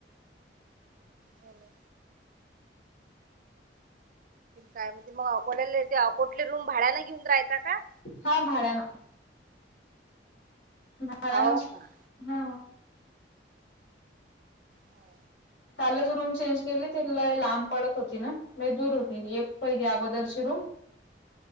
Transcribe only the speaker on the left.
हां भाड्यान. भाड्यान
हम्.
कालच रूम चेंज केली ते लय लांब पड त होती न लय दूर होती एक पहिली अगोदर ची रूम